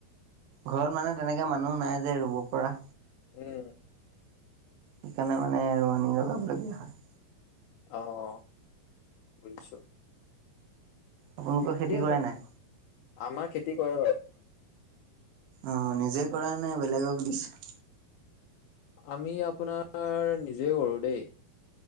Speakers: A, on the right; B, on the left.
A: ঘৰত মানে তেনেকে মানুহ নাই যে ৰুব পৰা।
B: উম।
A: সেইকাৰণে মানে ৰুৱনী লগাবলগীয়া হয়।
B: অ অ বুজিছো।
A: আপোনালোকৰ
B: ঠিকে
A: খেতি
B: আছে।
A: কৰে নাই?
B: আমাৰ খেতি কৰে বাৰু।
A: অ নিজে কৰে নে বেলেগক দিছে?
B: আমি আপোনাৰ নিজে কৰো দেই।